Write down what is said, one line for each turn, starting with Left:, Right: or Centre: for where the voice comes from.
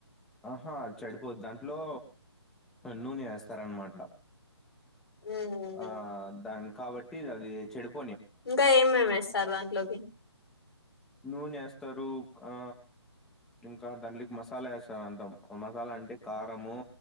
Centre: ఆహా అద్ చెడిపోద్ దాంట్లో నూనె ఏస్తారనమాట
Left: హ్మ్
Centre: ఆ దానిన్ కాబట్టి అది ఏ చెడప్
Left: ఇంకా ఏమేమి ఏసరు దాంట్లోకి
Centre: నూనే ఏస్తారు ఉక్ ఆ ఇంకా దాంట్లిక్ మసాలా ఏసారు అంతాం మసాలా అంటే కారము